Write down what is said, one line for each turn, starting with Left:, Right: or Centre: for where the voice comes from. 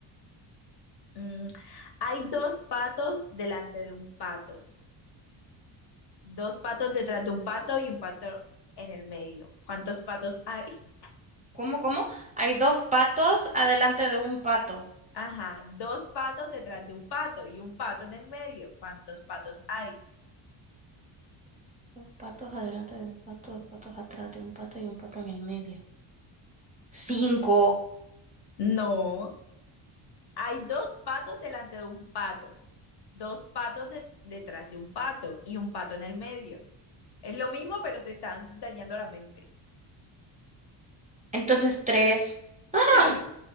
Left: mm, Hay dos patos delante de un pato, dos patos detrás de un pato y un pato en el medio. ¿Cuántos patos hay? <laughs>
Right: ¿Cómo, cómo? Hay dos patos adelante de un pato.
Left: Ajá, dos patos detrás de un pato y un pato en el medio. ¿Cuántos patos hay?
Right: Dos patos adelante de un pato, dos patos atrás de un pato y un pato en el medio. Cinco.
Left: No, hay dos patos delante de un pato, dos patos de- detrás de un pato y un pato en el medio. Es lo mismo, pero te están dañando la mente.
Right: Entonces tres.
Left: Sí,
Right: ¡Ah!